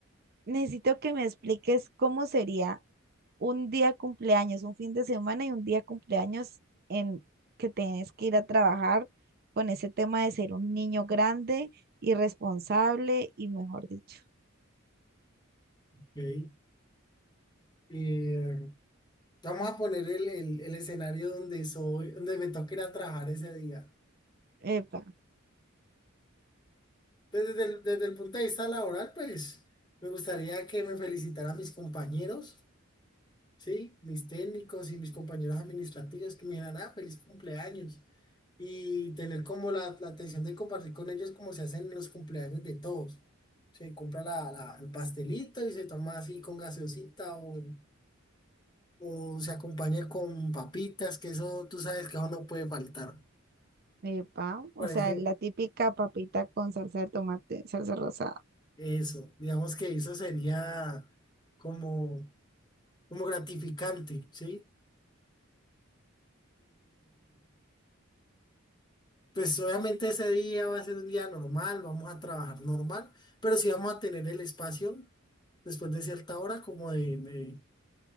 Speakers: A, on the right (about 45°); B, on the left (about 20°).
A: necesito que me expliques cómo sería un día cumpleaños, un fin de semana y un día cumpleaños en que tienes que ir a trabajar con ese tema de ser un niño grande y responsable y mejor dicho.
B: Ok. Eh, vamos a poner el, el- el escenario donde soy, donde me toque ir a trabajar ese día.
A: Epa,
B: Pues desde el, desde el punto de vista laboral, pues me gustaría que me felicitaran mis compañeros. Sí, mis técnicos y mis compañeros administrativos que me dijeran, ah, feliz cumpleaños. Y tener como la, la atención de compartir con ellos como se hacen en los cumpleaños de todos. Se compra la, la- el pastelito y se toma así con gaseosita o, o se acompaña con papitas, que eso tú sabes que eso no puede faltar.
A: epa, o
B: Parece
A: sea, la típica papita con salsa de tomate, salsa rosada.
B: eso. Digamos que eso sería como, como gratificante, ¿sí? Pues obviamente ese día va a ser un día normal, vamos a trabajar normal, pero sí vamos a tener el espacio después de cierta hora como de, de-